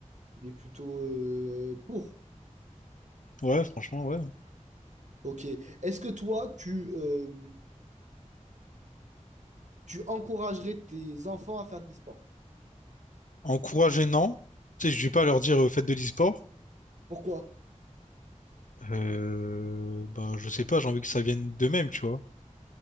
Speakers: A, on the right; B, on the left.
A: il est plutôt euh, pour.
B: Ouais, franchement, ouais.
A: Ok. Est-ce que toi, tu, euh, tu encouragerais tes enfants à faire des sports?
B: Encourager, non. Tu sais, je vais pas leur dire euh, faites de l'e-sport.
A: Pourquoi?
B: Euh... Bah, je sais pas, j'ai envie que ça vienne d'eux-mêmes, tu vois.